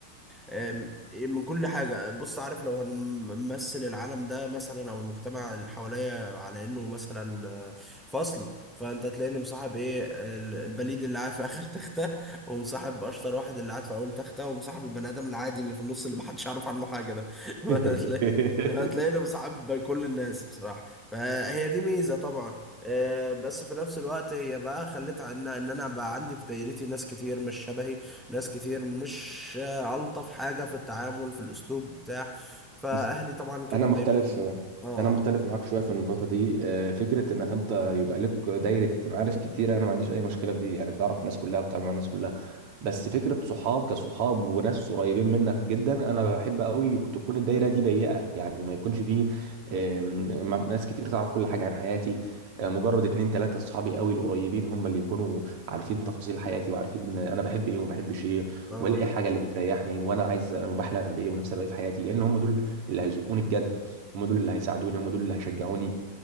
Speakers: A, in the centre; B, on the right (about 45°).
A: آم، من كل حاجه بص عارف لو هنمثل العالم ده مثلا او المجتمع اللي حواليا على انه مثلا آه، فصل فانت هتلاقيني مصاحب ايه ال- البليد اللي قاعد في اخر تخته ومصاحب اشطر واحد اللي قاعد في اول تخته ومصاحب البني ادم العادي اللي في النص اللي محدش يعرف عنه حاجه ده <laughs>
B: <laughs>
A: هتلاقي هتلاقيني مصاحب كل الناس بصراحه فهي دي ميزة طبعا آه، بس في نفس الوقت هي بقى خلت عنها ان انا بقى عندي في دايرتي ناس كتير مش شبهي ناس كتير مش آه، الطف حاجة في التعامل في الاسلوب بتاع فاهلي
B: بص،
A: طبعا كانوا
B: انا مختلف
A: دايما اه
B: انا مختلف معاك شويه في النقطه دي آه، فكره انك انت يبقى لك دايره معارف كتيره انا ما عنديش اي مشكله في دي يعني تعرف الناس كلها وتتعامل مع الناس كلها بس فكره صحاب كصحاب وناس قريبين منك جدا انا بحب قوي تكون الدايره دي ضيقه يعني ما يكونش فيه آم، م- ناس كتير تعرف كل حاجه عن حياتي آه، مجرد اتنين تلاته صحابي قوي القريبين هم اللي يكونوا عارفين تفاصيل حياتي وعارفين انا بحب ايه وما بحبش ايه
A: اه آه.
B: والاقي حاجه اللي بتريحني وانا عايز وبحلم بايه ونفسي ابقى ايه في حياتي لان هم دول اللي هيزقوني بجد هم دول اللي هيساعدوني هم دول اللي هيشجعوني